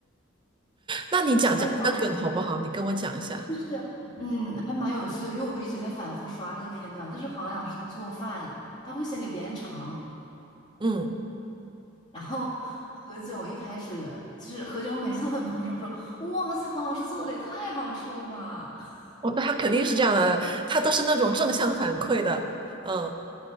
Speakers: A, on the right; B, on the left.
A: 那你讲讲那个梗好不好？
B: 黄也老师
A: 你跟我讲一下。
B: 就是，嗯，还蛮有趣的，因为我一直在反复刷那个片段，就是黄磊老师他做饭，他会先给别人尝，
A: 嗯，
B: 然后何炅一开始就是何炅每次都很捧场，说哇塞，黄老师做的也太好吃了吧。<laughs>
A: 我他肯定是这样的，他都是那种正向反馈的。嗯，